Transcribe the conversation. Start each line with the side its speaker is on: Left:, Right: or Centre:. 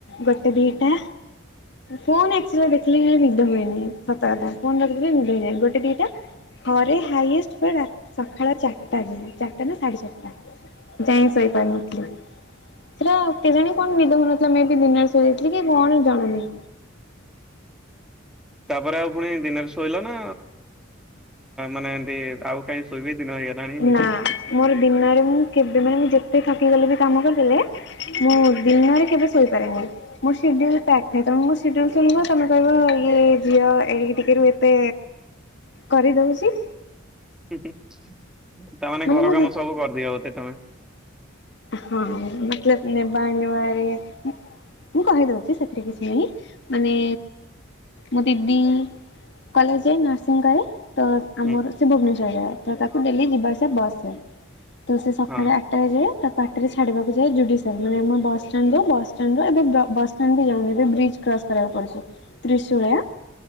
Left: ଗୋଟେ ଦିଟା ଫୋନ ଆକ୍ଚୁଆଲି ଦେଖିଲେ ହିଁ ନିଦ ହୁଏନି। ସତ କଥା ଫୋନ ରଖିଦେଲେ ନିଦ ହେଇଯାଏ, ଗୋଟେ ଦିଟା ଥରେ ହାଇଏଷ୍ଟ ପୁରା ସକାଳ ଚାରିଟା ଯାଏ ଚାରିଟାରୁ ସାଢ଼େ ଚାରିଟା। ଯାଏଁ ଶୋଇପାରୁନଥିଲି। ସେଟା କେଜାଣି କଣ ନିଦ ହଉନଥିଲା ମେଁ ବି ଦିନରେ ଶୋଇ ଯାଇଥିଲି କି କଣ ଜଣାନାହିଁ।
Centre: ତାପରେ ଆଉ ଫୁଣି ଦିନରେ ଶୋଇଲ ନା ମାନେ <unintelligible> ଆଉ କାଇଁ ଶୋଇବି ଦିନ ହେଇଗଲାଣି।
Left: ନା ମୋର ଦିନରେ ମୁଁ କେବେ ମାନେ ମୁଁ ଯେତେ ଥକିଗଲେ କି କାମ କରିଦେଲେ ମୁଁ ଦିନରେ କେବେ ଶୋଇପାରେନି। ମୋର ସେଡ୍ୟୁଲ୍ ପ୍ୟାକ୍ ଥାଏ ତମେ ମୋ ସେଡ୍ୟୁଲ୍ ଶୁଣିବ ତମେ କହିବ ଇଏ ଝିଅ ଏଡିକି ଟିକେରୁ ଏତେ କରିଦଉଚି।
Centre: ହିଁ ହିଁ ତାମାନେ
Left: ମାନେ
Centre: ଘର
Left: ମୁଁ
Centre: କାମ ସବୁ କରିଦିଅ ବୋଧେ ତମେ?
Left: ହଁ ମତଲବ୍ ନେବା ଆଣିବାରେ ମୁଁ କହିଦଉଛି ସେଥିରେ କିଛି ନାହିଁ ମାନେ ମୋ ଦିଦି କଲେଜ୍ ଯାଏ ନର୍ସିଂ କରେ। ତ ଆମର
Centre: ହୁଁ
Left: ସେ ଭୁବନେଶ୍ଵର ଯାଏ, ତ ତାକୁ ଡେଲି ଯିବାଆସିଆ ବସ୍ ରେ ତ ସେ ସକାଳେ
Centre: ହଁ
Left: ଆ ଟାରେ ଯାଏ। ତ ବାଟରେ ଛାଡିବାକୁ ଯାଏ ଜୁଡିସିଆଲ୍ ମାନେ ଆମର ବସ୍ ଷ୍ଟାଣ୍ଡ ଯାଏ, ଏବେ ବସ୍ ଷ୍ଟାଣ୍ଡ ରୁ ଏବେ ବସ୍ ଷ୍ଟାଣ୍ଡ ବି ଯାଉନି ଏବେ ବ୍ରିଜ୍ କ୍ରସ୍ କରିବାକୁ ପଡ଼ୁଛି ତ୍ରିଶୂଳିଆ।